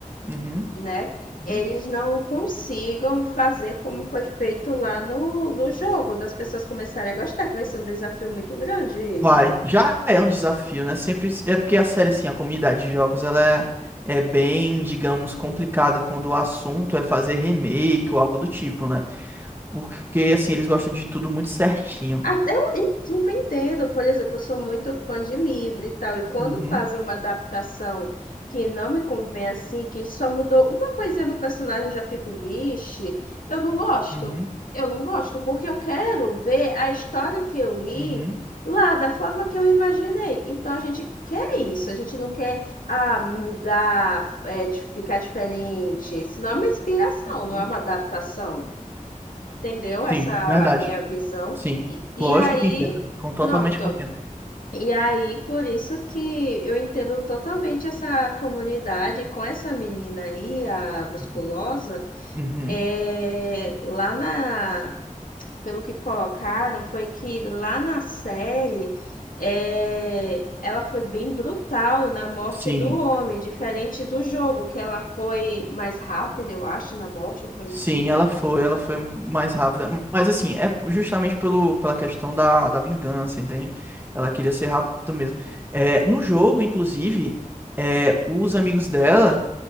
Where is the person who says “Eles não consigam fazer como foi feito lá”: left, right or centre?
Left